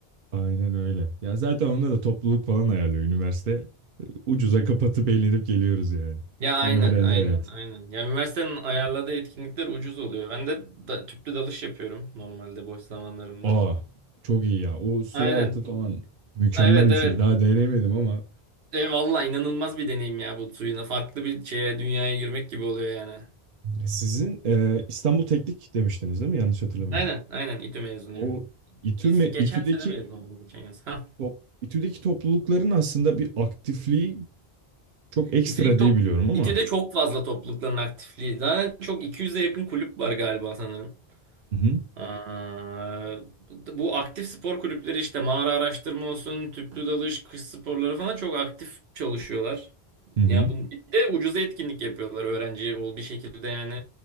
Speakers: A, on the right (about 55°); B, on the right (about 75°).
A: Aynen öyle. Ya zaten onda da topluluk falan ayarlıyor üniversite. e, Ucuza kapatıp eğlenip geliyoruz yani.
B: Ya aynen
A: Tam öğrenci
B: aynen
A: hayatı.
B: aynen. Ya üniversitenin ayarladığı etkinlikler ucuz oluyor. Ben de da, tüplü dalış yapıyorum normalde boş zamanlarımda.
A: Aa çok iyi ya. O su
B: Aynen.
A: altı falan mükemmel
B: Evet
A: bir
B: evet.
A: şey. Daha deneyemedim ama.
B: E, valla inanılmaz bir deneyim ya bu suyuna. Farklı bir şeye dünyaya girmek gibi oluyor yani.
A: Sizin e, İstanbul Teknik demiştiniz değil mi? Yanlış hatırlamıyorum.
B: Aynen aynen İTÜ mezunuyum.
A: O İTÜ
B: Biz
A: me İTÜ'deki
B: geçen sene mezun olduk geçen yaz. Ha.
A: top, İTÜ'deki toplulukların aslında bir aktifliği çok ekstra
B: İTÜ'deki top,
A: diye biliyorum ama.
B: İTÜ'de çok fazla toplulukların aktifliği. Zaten çok 200'e yakın kulüp var galiba sanırım.
A: Hı hı.
B: Aa, bu aktif spor kulüpleri işte mağara araştırma olsun, tüplü dalış, kış sporları falan çok aktif çalışıyorlar.
A: Hı hı.
B: Ya bu bir de ucuza etkinlik yapıyorlar öğrenci ol bir şekilde yani